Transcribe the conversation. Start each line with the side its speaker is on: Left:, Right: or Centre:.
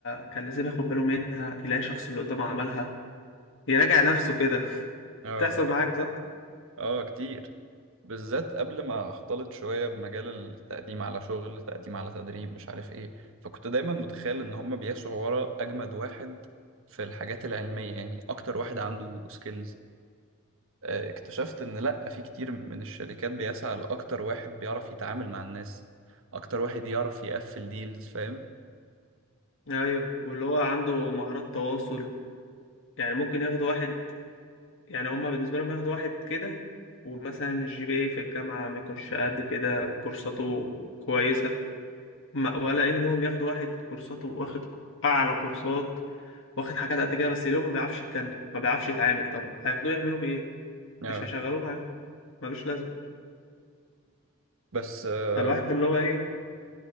Left: كان لازم ياخد باله منها يلاقي شخص اللي قدامه عملها يراجع نفسه كده <laughs>
Right: اه
Left: تحصل معاك صح
Right: اه كتير بالذات قبل ما اختلط شوية بمجال التقديم على شغل تقديم على تدريب مش عارف ايه فكنت دايما متخيل ان هما بيسعوا ورا اجمد واحد في الحاجات العلمية يعني اكتر واحد عنده سكيلز اكتشفت ان لا في كتير من الشركات بيسعى لاكتر واحد بيعرف يتعامل مع الناس اكتر واحد يعرف يقفل ديلز فاهم
Left: ايوه واللي هو عنده مهارات تواصل يعني ممكن ياخد واحد يعني هما بالنسبة لهم ياخدوا واحد كده ومثلا الجي بي اي في الجامعة ما يكونش قد كده كورساته كويسة ما- ولا انهم ياخدوا واحد كورساته واخد اعلى كورسات واخد حاجات قد كده بس اللي هو ما بيعرفش يتكلم ما بيعرفش يتعامل طب هياخدوه يعملوا بايه
Right: اه
Left: مش هيشغلوه معاهم ملوش لازمة
Right: بس آه،
Left: فالواحد اللي هو ايه